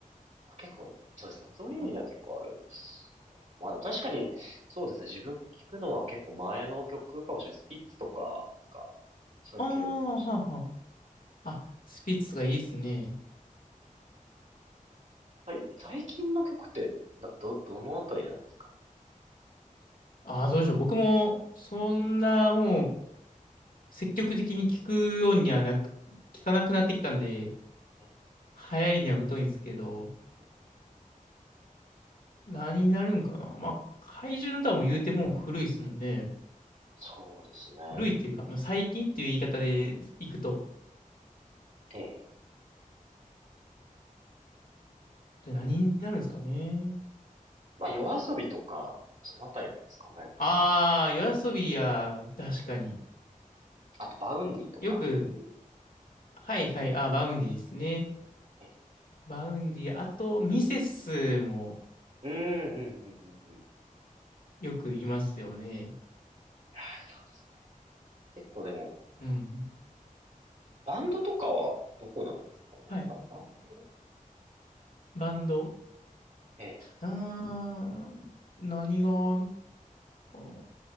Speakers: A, on the right; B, on the left.
A: まあ結構、そうですね。なんかそういう意味では結構あれですかね。
B: あ、
A: まあでも確かに、そうですね。自分聞くのは結構前の曲かもしれない。スピッツとか、なんか、そういう系かもしれ
B: あー、はあ、はあ。あ、スピッツがいいですね。
A: ない。最最近の曲ってな、ど、どのあたりなんですかね。
B: ああ、どうでしょう。僕も、そんな、もう、積極的に聞くようにはなく、聞かなくなってきたんで、
A: ええ、
B: 流行りには疎いんですけど、
A: ええ
B: 何になるんかな。まあ、怪獣の歌も言うてもう古いですもんね。
A: そうですね。
B: 古いっていうか、まあ、最近っていう言い方でいくと。
A: ええ。
B: じゃあ何になるんですかね。
A: まあ、夜遊びとか、そのあたりなんですかね。
B: ああ、夜遊びは、確かに。
A: あと、バウンディとか。
B: よく、はいはい、あ、バウンディですね。
A: ええ。
B: バウンディ、あと、ミセスも
A: うん、うん、うん、うん、うん。
B: よく言いますよね。
A: ああ、そうですね。結構でも、
B: うん。
A: バンドとかはどこなんですかね。
B: はい
A: まあ、バンド
B: バンド。
A: ええ。
B: うーん、何があるかな。